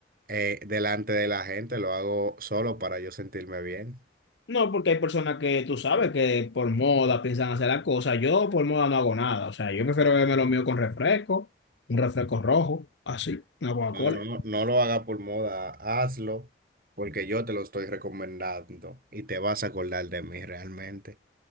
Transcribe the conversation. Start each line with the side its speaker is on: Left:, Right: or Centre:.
Right: eh, delante de la gente, lo hago solo para yo sentirme bien.
Left: No, porque hay personas que tú sabes que por moda piensan hacer las cosas. Yo por moda no hago nada. O sea, yo prefiero beberme lo mío con refresco, un refresco rojo, así, una Coca-Cola.
Right: No, no, no, no lo haga por moda, hazlo porque yo te lo estoy recomendando y te vas a acordar de mí realmente.